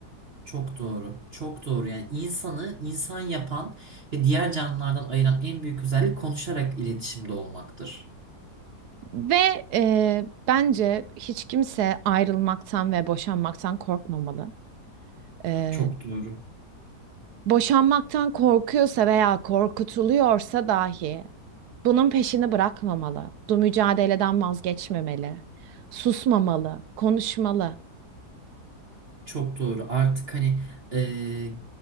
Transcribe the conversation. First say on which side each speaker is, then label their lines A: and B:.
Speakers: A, on the right; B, on the right.
A: Çok doğru. Çok doğru. Yani insanı insan yapan ve diğer canlılardan ayıran en büyük özellik konuşarak iletişimde olmaktır.
B: Ve e, bence hiç kimse ayrılmaktan ve boşanmaktan korkmamalı. E,
A: Çok doğru.
B: boşanmaktan korkuyorsa veya korkutuluyorsa dahi bunun peşini bırakmamalı. Bu mücadeleden vazgeçmemeli. Susmamalı, konuşmalı.
A: Çok doğru. Artık hani eee,